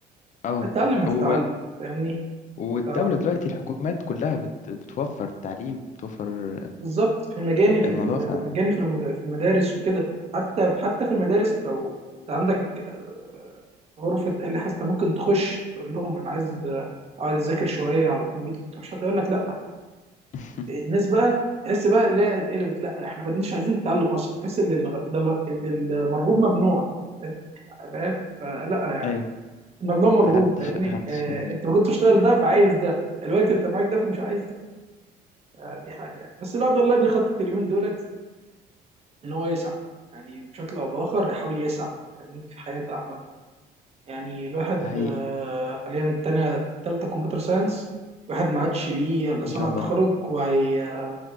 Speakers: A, on the left; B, on the right.
A: اه
B: هتتعلم هتتعلم
A: هو
B: فاهمني
A: والدولة
B: ف
A: دلوقتي الحكومات كلها بت... بتوفر التعليم بتوفر
B: بالظبط في المجاني في
A: الموضوع
B: المجاني
A: ف...
B: في المد- في المدارس وكده حتى حتى في المدارس لو انت عندك آه، غرفة آلة حاسة ممكن تخش تقول لهم انا عايز آه، اقعد اذاكر شوية على الكمبيوتر مش حد يقول لك لا
A: <laughs>
B: الناس بقى تحس بقى اللي هي اتقلبت لا احنا ما بدناش عايزين نتعلم اصلا تحس ان الغ- ان المرغوب ممنوع انت فاهم فلا يعني
A: ايوه
B: الممنوع مرغوب
A: محدش
B: فاهمني
A: محدش
B: اه
A: عايز يعمل
B: انت
A: كده.
B: ما كنتش تشتغل ده فعايز ده الوقت انت معاك ده فمش عايز ده آه دي حاجه يعني. بس الواحد والله بيخطط اليومين دولت ان هو يسعى يعني بشكل او باخر يحاول يسعى فاهمني في حياته عامه يعني الواحد
A: ده حقيقي
B: آه، حاليا تانية تالتة كمبيوتر ساينس الواحد ما عادش ليه الا صنعة
A: ان شاء الله
B: تخرج وهي...